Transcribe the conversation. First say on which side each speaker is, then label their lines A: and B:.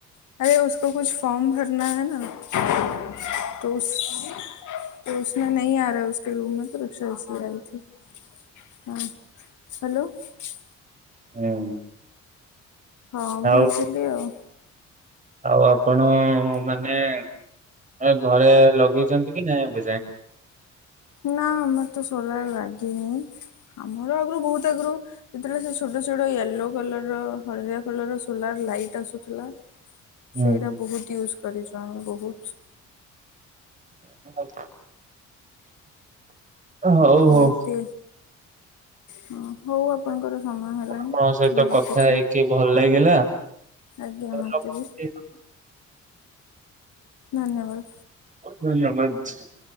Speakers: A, on the left; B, on the right.
A: <unintelligible> <unintelligible> ହଁ ହାଲୋ
B: ହୁଁ
A: ହଁ
B: ଆଉ
A: ବୁଝିଲି ଆଉ।
B: ଆଉ ଆପଣ ମାନେ ଏ ଘରେ ଲଗେଇଚନ୍ତି କି ନାଇଁ ଏବେ ଯାଏଁ?
A: ନା ଆମର ତ ସୋଲାର ଲାଗନି ଆମର ଆଗୁରୁ ବହୁତ୍ ଆଗୁରୁ ଯେତେବେଳେ ସେ ଛୋଟ ଛୋଟ ୟେଲୋ କଲର ର ହଳଦିଆ କଲର ର ସୋଲାର ଲାଇଟ୍ ଆସୁଥିଲା
B: ହୁଁ।
A: ସେଇଟା ବହୁତ୍ ୟୁଜ୍ କରିଚୁ ଆମେ ବହୁତ୍।
B: <inaudible> ହଉ
A: ଏମତି ହଁ ହଉ ଆପଣଙ୍କର ସମୟ ହେଲ୍ <unintelligible>
B: ଆପଣଙ୍କ ସହିତ
A: ମୁଁ ରଖୁଛୁ
B: କଥା ହେଇକି ଭଲ ଲାଗିଲା।
A: ଆଜ୍ଞା ମତେ
B: ରଖୁଛି।
A: ବି। ଧନ୍ୟବାଦ।
B: ଧନ୍ୟବାଦ।